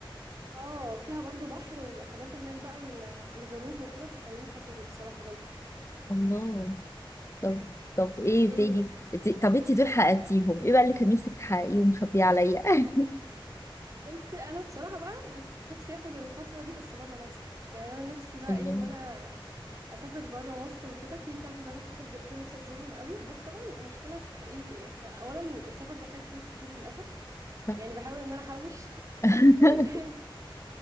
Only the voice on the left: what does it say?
الله طب طب ايه
تاني إنتي- طب انتي دول حققتيهم ايه بقى اللي كان نفسك تحققيه ومخبيه عليا <laughs>
الله
صح
<laughs>